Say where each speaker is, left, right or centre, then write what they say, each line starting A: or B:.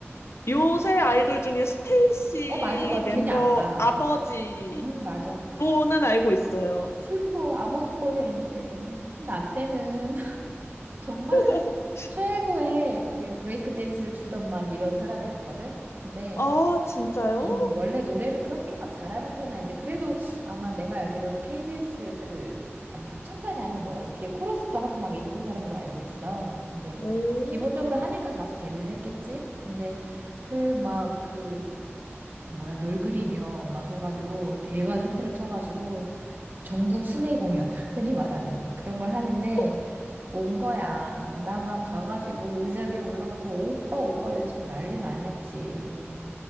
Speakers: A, on the left (about 65°); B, on the right (about 45°).
A: 요새 아이돌 중에 스테이시
B: 어, 맞아. 바로
A: 멤버
B: 걔네 아빠.
A: 아버지로는
B: 응, 맞아. 아,
A: 알고 있어요.
B: 슬- 퍼 아버지 뻘이야, 이제. 근데 나 때는 <laughs> 정말
A: <laughs>
B: 최고의 그 브레이크 댄스를 추던 막 이런 사람이었거든? 근데
A: 아, 진짜요?
B: <clears throat> 원래 노래를 그렇게 막 잘하는 편은 아닌데 그래도 아마 내가 알기로는 KBS 그 아니 합창단이 아닌 뭐라 그래 뒤에 코러스도 하고 막 이랬던 사람으로 알고 있어. 근데
A: 오.
B: 기본적으로 하니까 가수 데뷔를 했겠지. 근데 그 막 그 뭐야 널 그리며 막 해가지고 대박 히트를 쳐가지고 전국 순회 공연 <laughs> 흔히 말하는 그런 걸 하는데
A: 혹,
B: 온 거야. 나 막 가가지고 의자 위에 올라가서 오빠 오빠 외치고 난리도 아니었지.